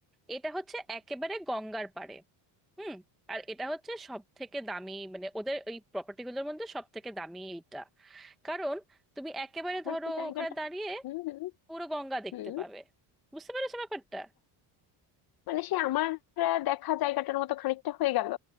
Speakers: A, in the centre; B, on the left.
A: এটা হচ্ছে একেবারে গঙ্গার পাড়ে হুম আর এটা হচ্ছে সব থেকে দামি মানে ওদের ওই প্রপার্টিগুলোর মধ্যে সব থেকে দামি এইটা কারণ তুমি একেবারে
B: তাহলে
A: ধরো
B: তো জায়গাটা
A: ওখানে দাঁড়িয়ে
B: হুম হুম
A: পুরো গঙ্গা দেখতে
B: হুম
A: পাবে বুঝতে পেরেছো ব্যাপারটা
B: মানে সে আমার আহ, দেখা জায়গাটার মতো খানিকটা হয়ে গেল